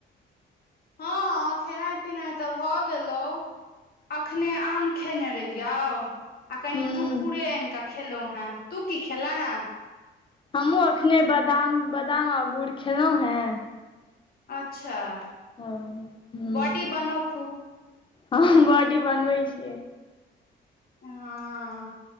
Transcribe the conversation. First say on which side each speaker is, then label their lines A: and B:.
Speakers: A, on the left; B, on the left.
A: हँ खेनाइ पिनाइ तऽ भए गेलो अखने आम खेने रहि यउ आ कनि
B: ह
A: कुरकुरे आन कऽ खेलो है तू की खेला हैं
B: हम हुँ अखने बादाम बादाम आ गुड़ खेलहुॅं है
A: अच्छा <unintelligible>
B: ह
A: बॉडी बनो खूब
B: हँ बॉडी बनबै छियै
A: हँ